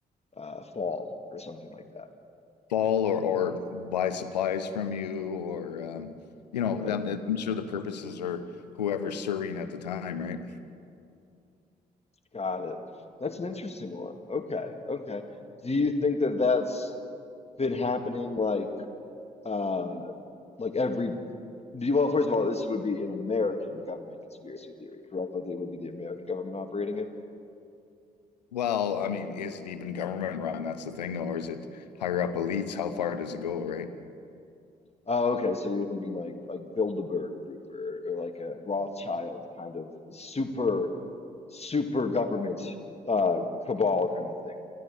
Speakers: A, on the left; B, on the left.
A: uh, fall or something like that,
B: fall or or buy supplies from you or um, you know,
A: right?
B: that, that- I'm sure the purposes are whoever's serving at the time, right?
A: Got it. That's an interesting one. Okay, okay. Do you think that that's been happening like uh like every do you, well, first of all, this would be an American government conspiracy theory, correct? Like it would be the American government operating it.
B: Well, I mean, is it even government run? That's the thing, though, or is it higher up elites? How far does it go, right?
A: Oh, okay. So you're thinking like like Bilderberg Group or, or like a Rothschild kind of super super government uh cabal kind of thing.